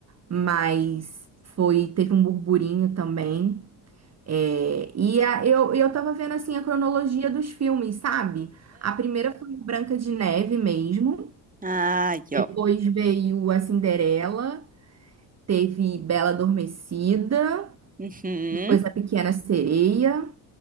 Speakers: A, on the right; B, on the right.
A: Mas foi, teve um burburinho também. É, e a- eu, eu tava vendo assim a cronologia dos filmes, sabe? A primeira foi Branca de Neve mesmo,
B: Ah, aí,
A: depois
B: ó.
A: veio a Cinderela, teve Bela Adormecida,
B: Uhum.
A: depois a Pequena Sereia,